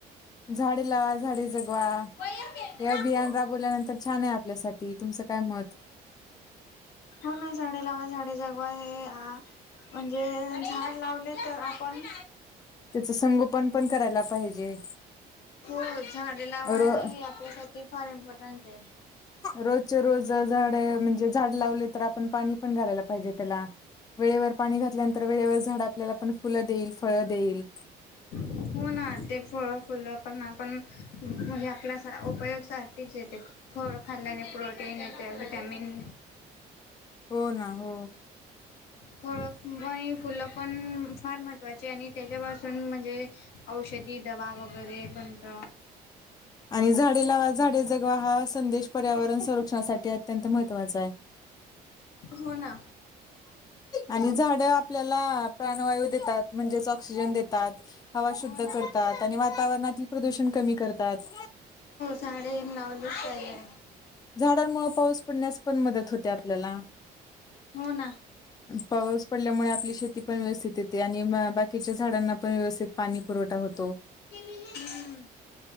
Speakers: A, on the left (about 25°); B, on the left (about 80°).
A: झाडे लावा, झाडे जगवा,
B: वया खेळते
A: हे
B: लाखू
A: अभियान राबवल्यानंतर छान आहे आपल्यासाठी, तुमचं काय मत?
B: हो ना, झाडे लावा झाडे जगवा, आहे आ म्हणजे झाड, लावले तर आपण.
A: त्याच संगोपन पण, करायला पाहिजे.
B: हो झाडे लावा
A: रो
B: हे, आपल्यासाठी फार इम्पॉर्टंट आहे.
A: रोजचे रोज, झाड म्हणजे झाड लावले तर, आपण पाणी पण घालायला पाहिजे त्याला, वेळेवर पाणी घातल्यानंतर, वेळेवर झाड आपल्याला पण, फुलं देईल, फळ देईल,
B: हो, ना ते फळ फुलं पण आपण, म्हणजे आपल्या उपयोग साठी च आहेत. फळ खाल्ल्याने प्रोटीन येत, विटॅमिन
A: हो, ना हो,
B: फळं आणि, फुलं पण फार महत्त्वाचे, आणि त्याच्यापासून म्हणजे औषधी, ती डबा वगैरे बनत,
A: आणि झाडे लावा, झाडे जगवा हा, संदेश पर्यावरण संरक्षणासाठी अत्यंत महत्वां आहे.
B: हो ना
A: आणि झाड आपल्याला प्राणवायू देतात म्हणजेच ऑक्सिजन देतात हवा शुद्ध
B: हो ना
A: करतात आणि वातावरणातील प्रदूषण कमी करतात
B: साडेे एक नऊ लोख ले
A: झाडांमुळे पाऊस पडण्यास पण मदत होते आपल्याला
B: हो ना
A: पाऊस पडल्यामुळे, आपली शेती पण व्यवस्थित येते, आणि बाकीच्या झाडांना पण व्यवस्थित पाणी पुरवठा होतो.
B: हम